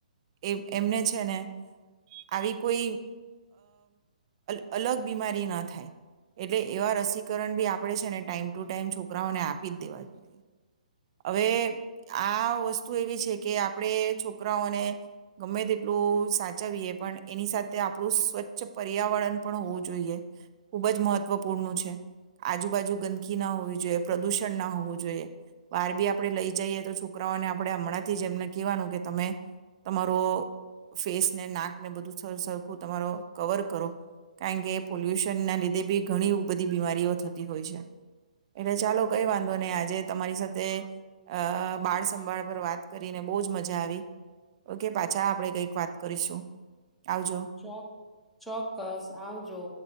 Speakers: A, on the right (about 40°); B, in the centre.
A: એ એમને છે ને આવી કોઈ અ અલગ બીમારી ન થાય એટલે એવા રસીકરણ બી આપણે છે ને ટાઈમ ટુ ટાઈમ છોકરાઓને આપી જ દેવા જોઈએ હવે આ વસ્તુ એવી છે કે આપણે છોકરાઓને ગમે તેટલું સાચવીએ પણ એની સાથે આપણું સ્વચ્છ પર્યાવરણ પણ હોવું જોઈએ ખુબ જ મહત્વપૂર્ણું છે આજુબાજુ ગંદકી ના હોવી જોઈએ પ્રદુષણ ના હોવું જોઈએ બાર બી આપણે લઈ જઈએ તો છોકરાઓને આપણે હમણાંથી જે એમને કહેવાનું કે તમે તમારો ફેસને નાકને બધું સર સરખું તમારો કવર કરો કારણ કે પોલ્યુશન ના લીધે બી ઘણી બધી બીમારીઓ થતી હોય છે એટલે ચાલો કઈ વાંધો નહી આજે તમારી સાથે અ બાળ સંંભાળ પર વાત કરીને બહુ જ મજા આવી ઓકે પાછા આપણે કઈક વાત કરીશું. આવજો
B: ચોક ચોક્કસ આવજો.